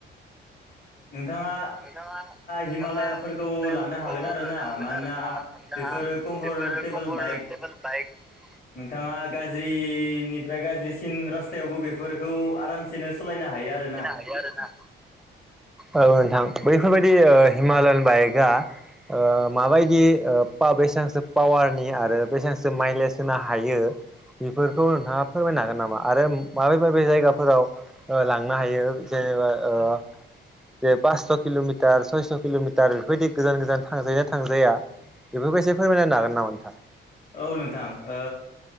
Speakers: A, on the left; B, in the centre.
A: नोंथाङा
B: नोंथाङा- नोंथाङा
A: हिमालयाफोरखौ
B: हिमालयानफोरखौ
A: लानो हागोन आरोना
B: लानो हागोन
A: मानोना
B: आरो ना मानोना
A: बेफोरो कम्फर्टेबोल
B: बेफोर खबार
A: बाइक
B: स्टेबोल बाइक
A: नोंथाङा गाज्रिनिफ्राय गाज्रिसिन रास्थायावबो बेफोरखौ आराम सेनो सलायनो हायो आरो ना।
B: हायो आरोना। औ नोंथां बैफोरबायदि ओ हिमालयान बाइकआ ओ माबायदि ओ फा बेसेबां सो पावारनि आरो बेसेबांसो माइलेज होनो हायो। बेफोरखौ नोंथाङा फोरमायनो हागोन नामा आरो माबे माबे जायगाफोराव ओ लांनो हायो जेनेबा ओ बे पास्स' किल'मिटार सयस' किल'मिटार बेफोरबायदि गोजान गोजान थांजायो ना थांजाया। बेफोरखौ इसे फोरमायना होनो हागोन नामा नोंथां?
A: औ नोंथां ओ